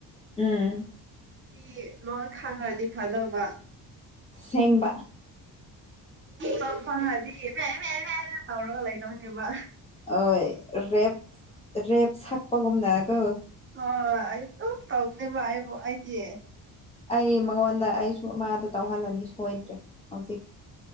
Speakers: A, on the left; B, on the right.
A: ꯎꯝ
B: ꯏ ꯂꯣꯏ ꯈꯥꯡꯉꯗꯤ ꯐꯗꯧꯕ
A: ꯁꯦꯡꯕꯥ
B: ꯐꯪ ꯐꯪꯉꯗꯤ ꯃꯦ ꯃꯦ ꯃꯦ ꯃꯦ ꯇꯧꯔꯒ ꯂꯩꯗꯧꯅꯦꯕ
A: ꯑꯣꯏ ꯔꯦꯞ ꯔꯦꯞ ꯁꯥꯛꯄꯒꯨꯝꯅꯥꯀꯣ
B: ꯑꯥ ꯑꯩ ꯑꯗꯨꯨꯝ ꯇꯧꯕꯅꯦꯕ ꯑꯩꯕꯨ ꯑꯩꯗꯤ
A: ꯑꯩ ꯃꯉꯣꯟꯗ ꯑꯩꯁꯨ ꯑꯃꯗꯣ ꯇꯧꯍꯜꯂꯅꯤ ꯁꯣꯏꯗ꯭ꯔꯦ ꯍꯧꯖꯤꯛ